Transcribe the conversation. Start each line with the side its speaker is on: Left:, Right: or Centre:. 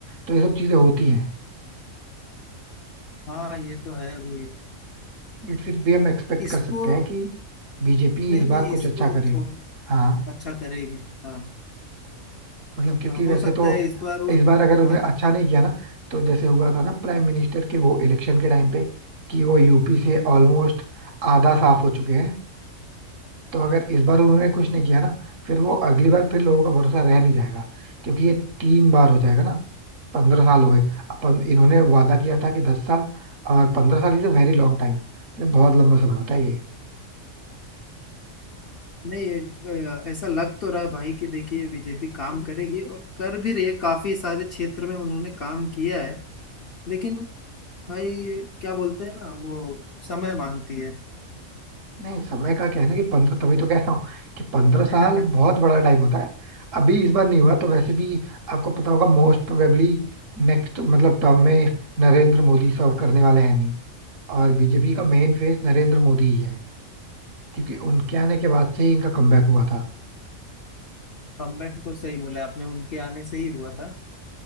Right: तो ये सब चीजें होती हैं
Left: हाँ हाँ ये तो है अभी
Right: बट फिर भी हम एक्सपेक्ट
Left: इसको
Right: कर सकते हैं कि बीजेपी
Left: नहीं
Right: इस
Left: नहीं
Right: बार कुछ
Left: इसको
Right: अच्छा करे
Left: थोड़ा
Right: हाँ
Left: अच्छा करेगी हाँ
Right: मतलब क्योंकि
Left: हाँ, हो
Right: वैसे
Left: सकता
Right: तो
Left: है इस बार वो
Right: इस बार अगर उन्हें
Left: हाँ
Right: अच्छा
Left: हाँ
Right: नहीं किया ना तो जैसे हुआ था ना प्राइम मिनिस्टर के वो इलेक्शन के टाइम पे कि वो यूपी से
Left: हम्म।
Right: ऑलमोस्ट आधा साफ हो चुके हैं तो अगर इस बार उन्होंने कुछ नहीं किया ना फिर वो अगली बार फिर लोगों का भरोसा रह नहीं जाएगा क्योंकि ये तीन बार हो जाएगा ना पंद्रह साल हो गए अपन इन्होंने वादा किया था कि दस साल और पंद्रह साल is a very long time मतलब बहुत लंबा समय होता है ये
Left: नहीं ये, अ, ऐसा लग तो रहा है भाई कि देखिए बीजेपी काम करेगी और कर भी रही है काफी सारे क्षेत्र में उन्होंने काम किया है लेकिन भाई क्या बोलते हैं ना वो समय मांगती है
Right: नहीं समय का क्या है ना कि पंद्रह तभी तो कह रहा हूँ कि पंद्रह साल
Left: <laughs>
Right: बहुत बड़ा टाइम होता है अभी इस बार नहीं हुआ तो वैसे भी आपको पता होगा मोस्ट प्रोबेबली नेक्स्ट मतलब टर्म में नरेंद्र मोदी सर्व करने वाले हैं नहीं और बीजेपी का मेन फेस नरेंद्र मोदी ही है क्योंकि उनके आने के बाद से ही इनका कमबैक हुआ था
Left: कमबैक तो सही बोले आपने उनके आने से ही हुआ था